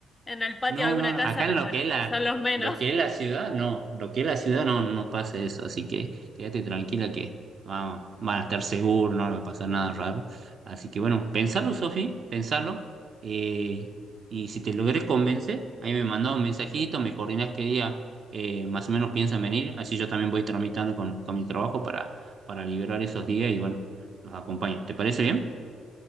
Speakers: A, on the left; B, on the right.
A: en el patio
B: No,
A: de alguna
B: no, no,
A: casa,
B: acá
A: pero
B: en lo
A: bueno,
B: que es la,
A: son los menos.
B: lo que es la ciudad, no, lo que es la ciudad no, no pasa eso, así que quédate tranquila que vamos, van a estar seguros, no le va a pasar nada raro. Así que bueno, pensalo, Sofi, pensalo, eh, y si te logres convencer, ahí me mandas un mensajito, me coordinas qué día eh, más o menos piensan venir, así yo también voy tramitando con, con mi trabajo para, para liberar esos días y bueno, los acompaño. ¿Te parece bien?